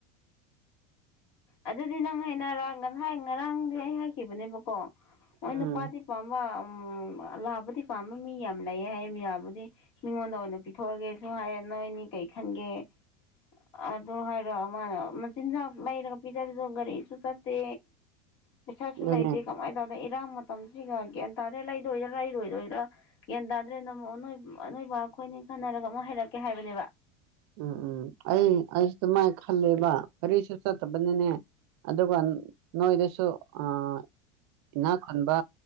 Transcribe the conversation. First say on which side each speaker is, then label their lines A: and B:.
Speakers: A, on the left; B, on the right.
A: ꯑꯗꯨꯗꯤ ꯅꯪ ꯍꯥꯏꯅꯔꯣ ꯉꯁꯥꯏ ꯉꯔꯥꯡꯗꯤ ꯑꯩ ꯍꯥꯏꯈꯤꯕꯅꯦꯕꯀꯣ ꯍꯣꯏ
B: ꯎꯝ
A: ꯅꯨꯄꯥꯗꯤ ꯄꯥꯝꯕ
B: <unintelligible>
A: ꯑꯑꯂꯥꯕꯗꯤ ꯄꯥꯝꯕ ꯃꯤ ꯌꯥꯝ ꯂꯩꯌꯦ ꯍꯥꯏꯌꯦ ꯃꯤꯔꯥꯕꯨꯗꯤ ꯃꯤꯉꯣꯟꯗ ꯑꯣꯏꯅ ꯄꯤꯊꯣꯛꯑꯒꯦꯁꯨ ꯍꯥꯏꯌꯦ ꯅꯣꯏꯅꯤ ꯀꯩ ꯈꯟꯒꯦ ꯑ ꯑꯗꯨ ꯍꯥꯏꯔꯣ ꯃꯥꯅ ꯃꯆꯤꯟꯖꯥꯛ ꯂꯩꯔꯒ ꯄꯤꯖꯔꯁꯨ ꯒꯔꯤꯁꯨ ꯆꯠꯇꯦ ꯄꯩꯁꯥꯁꯨ
B: ꯑꯗꯨꯅꯦ
A: ꯂꯩꯥꯇꯦ ꯀꯃꯥꯏ ꯇꯧ ꯏꯔꯥꯡ ꯃꯇꯝꯁꯤꯒ ꯒ꯭ꯌꯥꯟ ꯇꯥꯗꯦ ꯂꯩꯗꯣꯏꯔꯥ ꯂꯩꯔꯣꯏꯗꯣꯏꯔꯥ ꯒꯌꯥꯟ ꯇꯥꯗ꯭ꯔꯦꯅ ꯑꯃꯨꯛ ꯅꯣꯏ <unintelligible> ꯅꯣꯏ ꯕꯥ ꯑꯈꯣꯏꯅꯤ ꯈꯟꯅꯔꯒ ꯑꯃꯨꯛ ꯍꯩꯔꯛꯀꯦ ꯍꯥꯏꯕꯅꯦꯕꯥ
B: ꯎꯝ ꯎꯝ ꯑꯩ ꯑꯩꯁꯨ ꯑꯗꯨꯃꯥꯏ ꯈꯜꯂꯦꯕꯥ ꯀꯔꯤꯁꯨ ꯆꯠꯇꯕꯅꯤꯅꯦ ꯑꯗꯨꯒ <unintelligible> ꯅꯣꯏꯗꯁꯨ ꯑꯥ ꯏꯅꯥꯛ ꯈꯨꯟꯕ